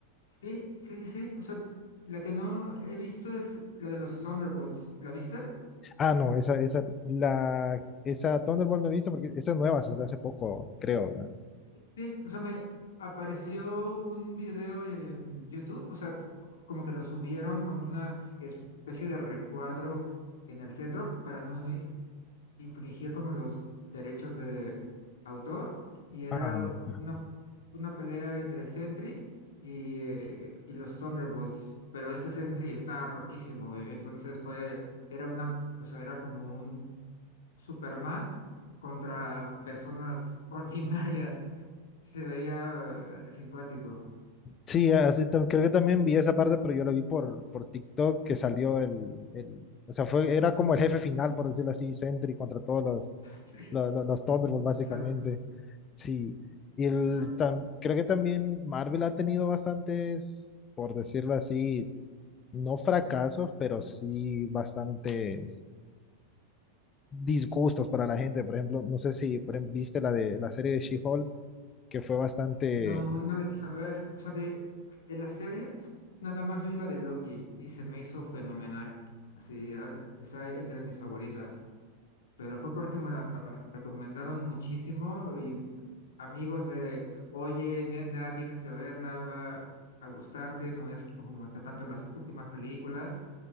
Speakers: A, on the left; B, on the left.
A: sí, sí, sí, sí. O sea, la que no he visto es la de los Thunderbolts. ¿La viste?
B: Ah, no, esa, esa, la, esa Thunderbolt no he visto porque esa es nueva, se salió hace poco, creo, ¿verdad?
A: Sí, o sea, me apareció un video en YouTube, o sea, como que lo subieron con una especie de recuadro en el centro para no i- infringir como los derechos de autor, y era
B: Ajá. ajá.
A: una, una pelea entre Sentry y, eh, y los Thunderbolts, pero este Sentry está rotísimo, eh, entonces fue, era una, o sea, era como un Superman contra personas <laughs> ordinarias se veía eh, simpático.
B: Sí, así, tam- creo que también vi esa parte, pero yo la vi por, por TikTok que salió el, el- o sea, fue, era como el jefe final, por decirlo así, Sentry contra todos los,
A: Sí,
B: los, los, los Thunderbolts, básicamente.
A: exacto,
B: Sí, y el,
A: exacto.
B: tam- creo que también Marvel ha tenido bastantes, por decirlo así, no fracasos, pero sí bastantes disgustos para la gente. Por ejemplo, no sé si por ejemplo, viste la de la serie de She-Hulk, que fue bastante.
A: No, no la quise ver. O sea, de, de las series, nada más vi la de Loki y se me hizo fenomenal. Así, ah, está entre mis favoritas. Pero fue porque me la recomendaron muchísimo y amigos de, oye, neta, tienes que verla, va a gustarte, no es como ta- tanto las últimas películas.